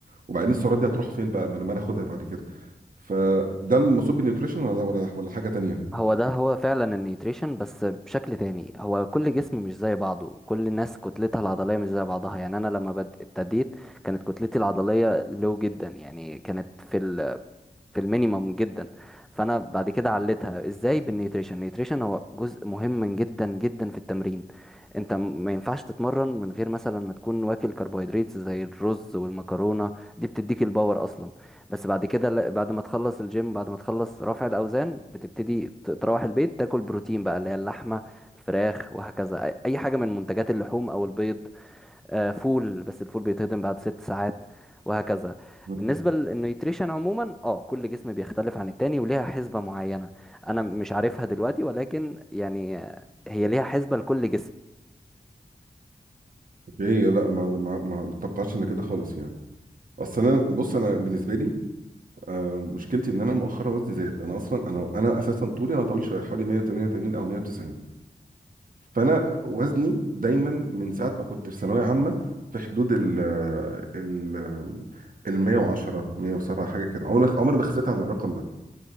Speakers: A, on the right; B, in the centre.
A: وبعدين السعرات دي هتروح فين بقى ما انا ما أنا اخدها بعد كده فده المقصود بالنيوتريشن ولا ولا ولا حاجه تانية
B: هو ده هو فعلا النيوتريشن بس بشكل تاني هو كل جسم مش زي بعضه كل الناس كتلتها العضلية مش زي بعضها يعني أنا لما بد- ابتديت كانت كتلتي العضلية لو جدا يعني كانت في في المينيمم جدا فانا بعد كده عليتها ازاي بالنيوتريشن النيوتريشن هو جزء مهم جدا جدا في التمرين انت م- ما ينفعش تتمرن من غير مثلا ما تكون واكل كربوهيدرات زي الرز والمكرونه دي بتديك الباور اصلا بس بعد كده لا- بعد ما تخلص الجيم بعد ما تخلص رفع الاوزان بتبتدي ت- تروح البيت تاكل بروتين بقى اللي هي اللحمه الفراخ وهكذا اي أي حاجه من منتجات اللحوم او البيض آه، فول بس الفول بيتهضم بعد ست ساعات وهكذا
A: مم.
B: بالنسبة للنيوتريشن عموما اه كل جسم بيختلف عن التاني وليها حسبة معينة انا مش عارفها دلوقتي ولكن يعني آه، هي ليها حسبة لكل جسم
A: اوكي لا ما ما ما توقعتش ان كده خالص يعني اصل انا بص انا بالنسبه لي آه، مشكلتي ان انا مؤخرا وزني زاد انا اصلا انا انا اساسا طولي انا طويل شويه حوالي 188 او 190 فانا وزني دايما من ساعه ما كنت في ثانويه عامه في حدود ال ال ال 110 107 حاجه كده عمري ما- عمري ما خسيت عن الرقم ده